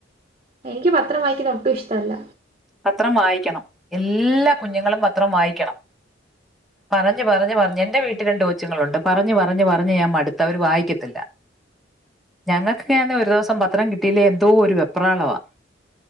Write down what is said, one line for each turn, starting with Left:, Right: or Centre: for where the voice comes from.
Right: എനിക്ക് ഈ പത്രം വായിക്കുന്നെ ഒട്ടും ഇഷ്ട്ടഅല്ല
Centre: പത്രം വായിക്കണം എല്ലാ കുഞ്ഞുങ്ങളും പത്രം വായിക്കണം പറഞ്ഞ് പറഞ്ഞ് പറഞ്ഞ് എന്റെ വീട്ടിൽ രണ്ട് കൊച്ചുങ്ങളുണ്ട് പറഞ്ഞ് പറഞ്ഞ് പറഞ്ഞ് ഞാൻ മടുത്ത് അവര് വായിക്കത്തില്ല ഞങ്ങൾക്കൊക്കെയാന്നെൽ ഒരു ദിവസം പത്രം കിട്ടിയില്ലേ എന്തോ ഒരു വെപ്രാളവാ